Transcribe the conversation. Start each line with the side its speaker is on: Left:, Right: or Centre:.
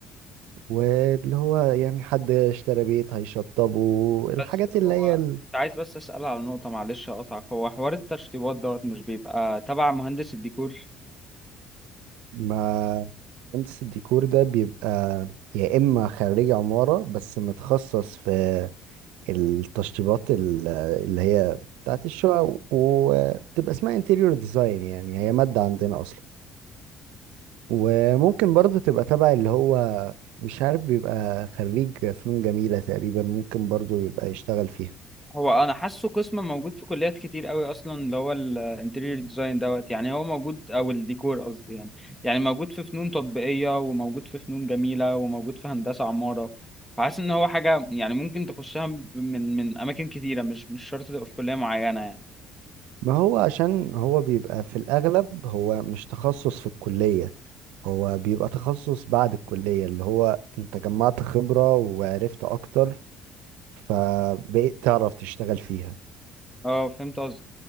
Right: واللي هو يعني حد اشترى بيت هيشطبه الحاجات
Centre: بس
Right: اللي
Centre: هو
Right: هي ال-
Centre: كنت عايز بس اسال على نقطه معلش اقطعك هو حوار التشطيبات دوت مش بيبقى تبع مهندس الديكور
Right: ما مهندس الديكور ده بيبقى يا إما خريج عمارة بس متخصص في التشطيبات ال- اللي هي بتاعت الشقق وبتبقى اسمها انتيريور ديزاين يعني هي مادة عندنا أصلا وممكن برضو تبقى تبع اللي هو مش عارف بيبقى خريج فنون جميلة تقريبا ممكن برضو يبقى يشتغل فيها
Centre: هو انا حاسه قسم موجود في كليات كتير قوي اصلا اللي هو الانتيريور ديزاين دوت يعني هو موجود او الديكور قصدي يعني يعني موجود في فنون تطبيقيه وموجود في فنون جميله وموجود في هندسه عماره فحاسس ان هو حاجه يعني ممكن تخشها من من اماكن كتيره مش مش شرط تبقى في كليه معينه يعني
Right: ما هو عشان هو بيبقى في الأغلب هو مش تخصص في الكلية هو بيبقى تخصص بعد الكلية اللي هو أنت جمعت خبرة وعرفت أكتر فبقيت تعرف تشتغل فيها
Centre: اه فهمت قصدك